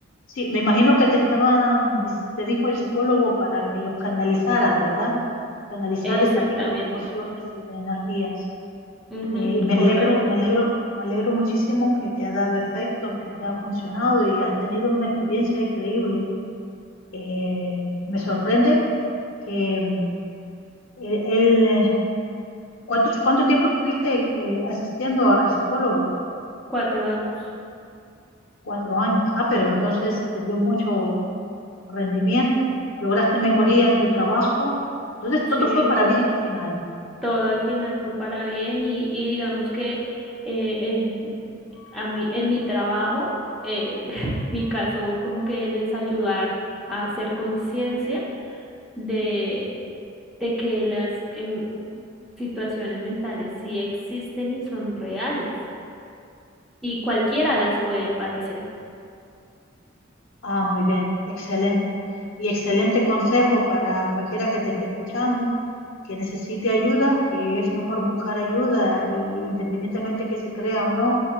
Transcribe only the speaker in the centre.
Exactamente.
Ujú,
correcto.
Cuatro años.
Sí.
todo al final fue para bien y, y digamos que eh, en, a mí, en mi trabajo, eh, <laughs> mi caso como que les ayudar a hacer conciencia de, de que las eh, situaciones mentales sí existen y son reales y cualquiera las puede padecer.